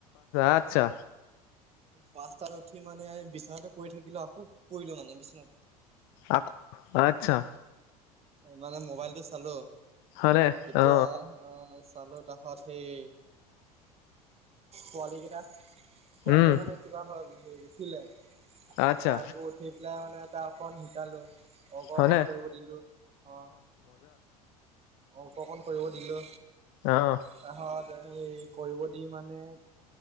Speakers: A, on the left; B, on the right.
A: আচ্ছা
B: পাঁচটাত উঠি মানে বিচনাতে পৰি থাকিলো। আকৌ পৰিলো মানে বিচনাতে।
A: আ আচ্ছা
B: মানে মোবাইলটো চালো।
A: হয়নে
B: তেতিয়া
A: অ
B: আহ চালো। তাৰ পিছত সেই পোৱালী কেইটা পোৱালীটো
A: উম
B: মানে কিবা হ'ল উঠিলে।
A: আচ্ছা
B: তাকো উঠি পেলাই মানে তাক অকণ শিকালো। অংক
A: হয়নে
B: অকণ কৰিব দিলো অ অংক অকণ কৰিব দিলো।
A: আহ
B: তাহত এই কৰিব দি মানে।